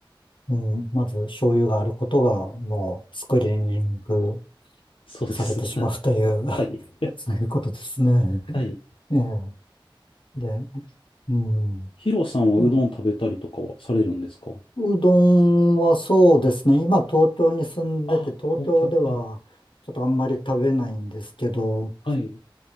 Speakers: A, on the left; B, on the left.
A: うん。まず醤油があることがもうスクリーニング
B: そうです。
A: されてしまうという
B: <laughs>
A: <laughs>、
B: はい。はい。
A: そういうことですね。
B: はい。
A: ええ。で、うん。
B: ヒロさんはうどん食べたりとかはされるんですか
A: いや、うどんはそうですね。今東京に住んでて、
B: あ、
A: 東京ではちょっとあんまり食べないんですけど、
B: 東京。はい。はい。